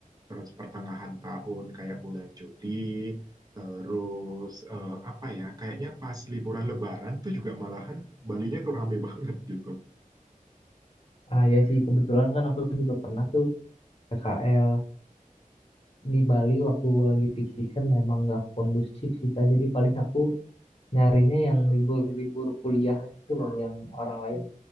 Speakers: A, on the right; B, on the left.
A: terus pertengahan tahun kayak bulan Juli, terus eh, apa ya? Kayaknya pas liburan Lebaran tuh juga malahan Balinya tuh rame <laughs> banget gitu.
B: Ah ya sih, kebetulan kan aku juga pernah tuh PKL di Bali waktu lagi peak season memang nggak kondusif sih Kak. Jadi paling aku nyarinya yang libur-libur kuliah gitu loh yang orang lain